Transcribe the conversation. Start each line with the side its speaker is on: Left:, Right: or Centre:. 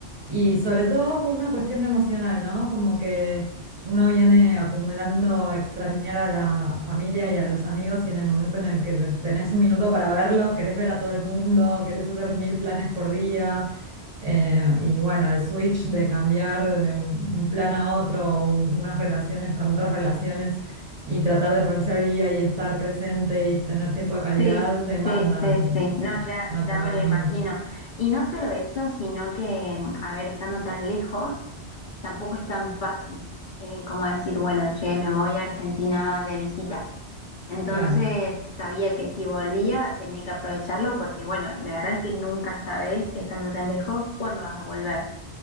Right: y sobre todo por una cuestión emocional, ¿no? Como que... Uno viene acumulando extrañar a la familia y a los amigos y en el momento en el que lo- tenés un minuto para verlos, querés ver a todo el mundo, querés hacer mil planes por día. eh, y bueno, el switch de cambiar de un un plan a otro, o unas relaciones con otras relaciones y tratar de ponerse al día y estar presente y tener tiempo de calidad
Left: Sí,
Right: demanda
Left: sí, sí,
Right: un
Left: sí. No, ya, ya
Right: acomodamiento.
Left: me lo imagino. Y no solo eso, sino que, mm, a ver, estando tan lejos, tampoco es tan fácil eh, como decir, bueno, che, me voy a Argentina de visita. Entonces,
Right: Claro,
Left: sabía que si volvía tenía que aprovecharlo porque, bueno, la verdad es que nunca sabes, estando tan lejos, cuándo vas a volver.